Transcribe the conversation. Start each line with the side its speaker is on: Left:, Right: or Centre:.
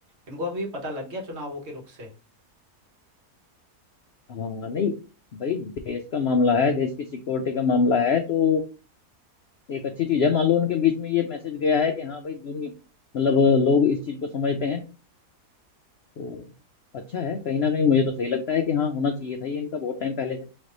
Right: इनको अब ये पता लग गया चुनावों के रुख से
Left: हाँ नहीं भाई देश का मामला है देश की सिक्योरिटी का मामला है तो एक अच्छी चीज है मान लो उनके बीच में ये मैसेज गया है कि हाँ भाई दुनिया मतलब लोग इस चीज को समझते हैं तो अच्छा है कहीं ना कहीं मुझे तो सही लगता है कि हाँ होना चाहिए था ये इनका बहुत टाइम पहले से